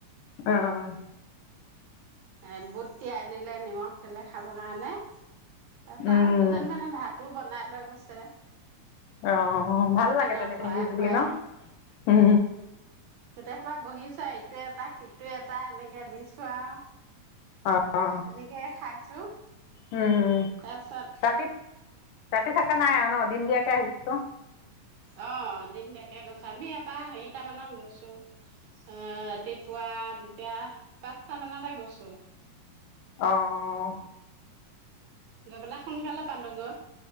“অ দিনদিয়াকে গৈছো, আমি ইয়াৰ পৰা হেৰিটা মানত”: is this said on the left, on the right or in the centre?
Right